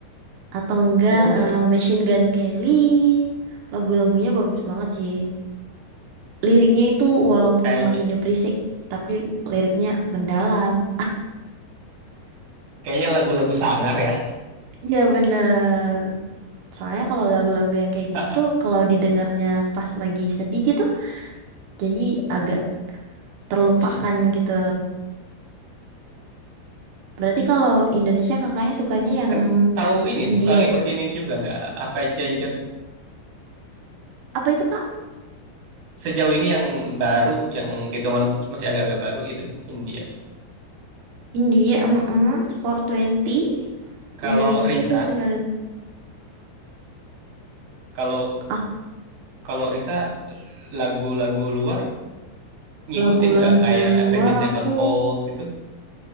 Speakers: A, on the right; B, on the right.
A: atau enggak
B: Oh,
A: eh, Machine Gun Kelly. Lagu-lagunya bagus banget sih. Liriknya itu walaupun
B: kayaknya
A: lagunya berisik, tapi liriknya mendalam.
B: kayaknya lagu-lagu sangar ya.
A: Iya bener. Soalnya kalau lagu-lagu yang kayak gitu
B: <laughs>
A: tuh kalau didengarnya pas lagi sedih gitu jadi agak terlupakan
B: Mm-mm.
A: gitu. Berarti kalau Indonesia kakaknya sukanya yang
B: Kan tahu ini
A: Hindia
B: suka ngikutin
A: ya?
B: ini juga nggak? Apa Cenjet
A: Apa itu Kak?
B: sejauh ini yang baru yang hitungan masih agak-agak baru itu India.
A: India mm 420
B: Kalau
A: Indonesia
B: Risa,
A: saya dengerin
B: kalau
A: Ak-
B: kalau Risa lagu-lagu luar ngikutin
A: lagu-lagu
B: nggak kayak
A: luar
B: Avenged Sevenfold
A: aku
B: gitu?